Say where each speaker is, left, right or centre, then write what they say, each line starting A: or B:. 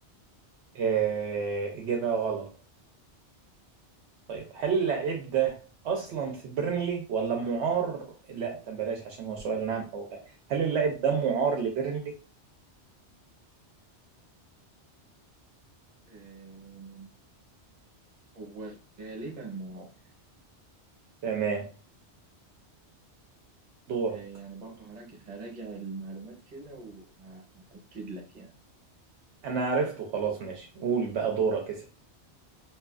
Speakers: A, on the right; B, on the right.
A: آه إجابة غلط طيب هل اللاعب ده أصلا في بيرنلي ولا معار لا طب بلاش عشان هو سؤال نعم أو لا هل اللاعب ده معار لبيرنلي
B: آه هو غالبا معاق
A: تمام دورك
B: آه، يعني برضه هراجع هراجع المعلومات كده وهأكد لك يعني
A: أنا عرفته خلاص ماشي قول بقى دورك اسأل